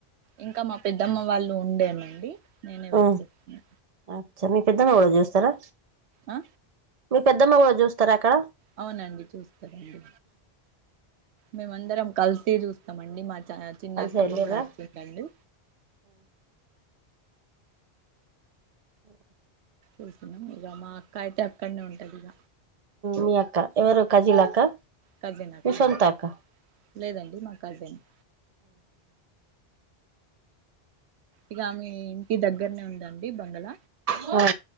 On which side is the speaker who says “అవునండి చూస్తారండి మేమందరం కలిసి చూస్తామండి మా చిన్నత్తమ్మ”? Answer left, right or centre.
Right